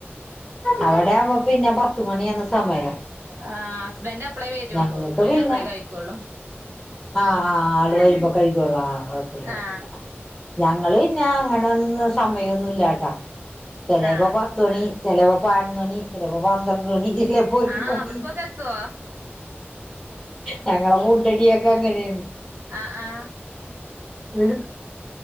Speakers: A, in the centre; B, on the right (about 80°).
A: അവിടെകുമ്പോ പിന്നെ പത്തുമണിയാണ് സമയം
B: ആ ഹസ്ബൻഡ് അപ്പളേ വരുള്ളൂ
A: ഞങ്ങക്ക്
B: അപ്പൊ
A: പിന്നെ
B: അപ്പളേ കഴിക്കുള്ളൂ
A: ആ ആള് വരുമ്പം കഴിക്കോളാ കോഴപ്പില്ല കോഴപ്പില്ല
B: ആ
A: ഞങ്ങള് പിന്നെ അങ്ങനന്ന് സമയോന്നും ഇല്ലാട്ട ചെലെപ്പോ
B: ആ
A: പത്ത് മണി ചെലെ പയ്ൻന്നു മണി ചെലെപ്പോ പന്ത്രണ്ട് മണി ചെലേപ്പോ ഒരു
B: ആ
A: മണി
B: അവിട്ക്കൊക്കെ എത്തോ
A: ഞങ്ങളെ ഫുഡടിയൊക്കെ അങ്ങനെയാണ്
B: ആ ആ
A: <unintelligible>